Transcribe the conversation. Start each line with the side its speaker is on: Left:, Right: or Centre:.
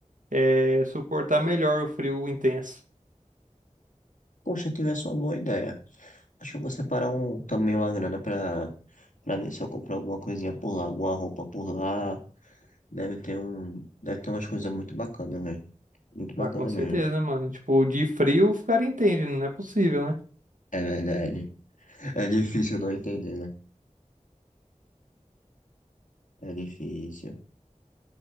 Right: é, suportar melhor o frio intenso.
Left: Poxa, tivesse uma boa ideia. Acho que eu vou separar um, também uma grana pra, pra ver se eu compro alguma coisinha por lá, alguma roupa por lá. Deve ter um, deve ter umas coisas muito bacanas, velho. Muito
Right: Ah,
Left: bacana
Right: com certeza,
Left: mesmo.
Right: né, mano? Tipo, de frio o cara entende, não é possível, né?
Left: É verdade. <laughs> É difícil não entender, né? É difícil.